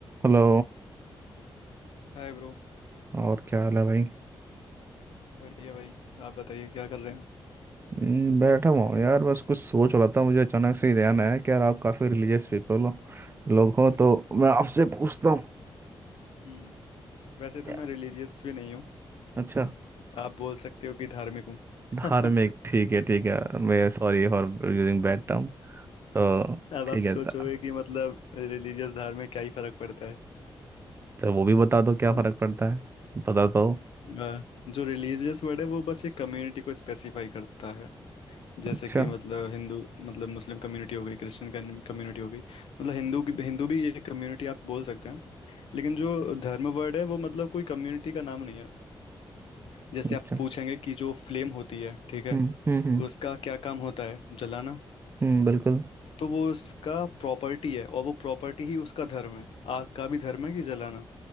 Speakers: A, on the right; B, on the left.
A: Hello
B: हाय bro
A: और क्या हाल है भाई
B: बढ़िया भाई आप बताइए क्या कर रहे हो
A: हम्म, बैठा हुआ हूँ यार बस कुछ सोच रहा था मुझे अचानक से ही ध्यान आया कि यार आप काफ़ी रिलीजियस पीपल हो लोग हो
B: <laughs>
A: तो मैं आपसे पूछता हूँ
B: हम्म वैसे तो
A: यार
B: मैं रिलीजियस भी नहीं हूँ
A: अच्छा
B: आप बोल सकते हो कि धार्मिक हूँ <laughs>
A: धार्मिक
B: अब
A: ठीक है ठीक है मैं sorry for using bad term तो
B: आप
A: ठीक
B: हाँ।
A: है
B: सोचोगे
A: त-
B: कि मतलब रिलीजियस धार्मिक क्या ही फर्क पड़ता है
A: तो वो भी बता दो क्या
B: हाँ।
A: फ़र्क पड़ता है बता दो
B: अ, जो रिलीजियस वर्ड है वो बस एक कम्युनिटी को स्पेसिफाई करता है
A: अच्छा
B: जैसे कि मतलब हिंदू मतलब मुस्लिम कम्युनिटी हो गई क्रिश्चियन कम्युनिटी हो गई मतलब हिंदू की हिंदू भी ये कम्युनिटी आप बोल सकते हैं लेकिन जो धर्म वर्ड है वो मतलब कोई कम्युनिटी का नाम नहीं है जैसे
A: अच्छा
B: आप पूछेंगे कि जो फ्लेम होती है ठीक है
A: हम्म हम्म हम्म
B: उसका क्या काम होता है जलाना
A: हम्म, बिल्कुल
B: तो वो उसका प्रॉपर्टी है और वो प्रॉपर्टी ही उसका धर्म है आग का भी धर्म है कि जलाना